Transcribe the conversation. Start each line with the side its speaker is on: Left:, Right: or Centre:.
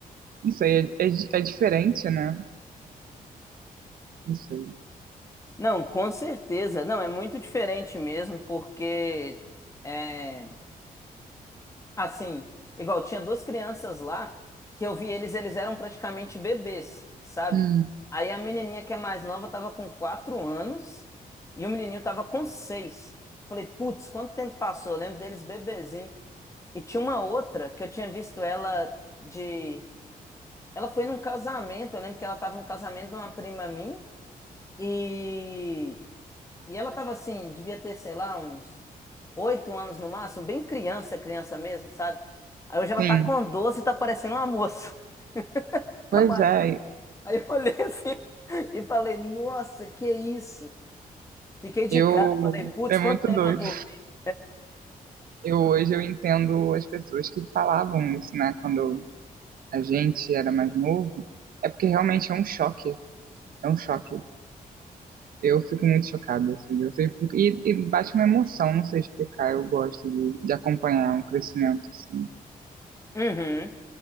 Right: Não sei, é, é, di- é diferente, né? Não sei.
Left: Não, com certeza. Não, é muito diferente mesmo, porque. é Assim, igual tinha duas crianças lá que eu vi eles, eles eram praticamente bebês, sabe?
Right: Hum,
Left: Aí a menininha que é mais nova tava com quatro anos e o menininho tava com seis. Falei, putz, quanto tempo passou? Eu lembro deles bebezinho. E tinha uma outra que eu tinha visto ela de. Ela foi num casamento, eu lembro que ela tava num casamento de uma prima minha e. E ela tava assim, devia ter, sei lá, uns oito anos no máximo, bem criança, criança mesmo, sabe? Aí hoje ela
Right: sim.
Left: tá com 12 e tá parecendo uma moça. <laughs> Tá
Right: Pois
Left: maior.
Right: é,
Left: Aí eu olhei assim <laughs> e falei, nossa, que isso? Fiquei de
Right: eu
Left: casa, falei, putz,
Right: é muito
Left: quanto tempo
Right: doido.
Left: eu dormi?
Right: Eu hoje eu entendo as pessoas que falavam isso, né? Quando a gente era mais novo, é porque realmente é um choque. É um choque. Eu fico muito chocada, assim, eu sempre fico- e, e bate uma emoção, não sei explicar. Eu gosto de, de acompanhar o crescimento, assim.
Left: Uhum.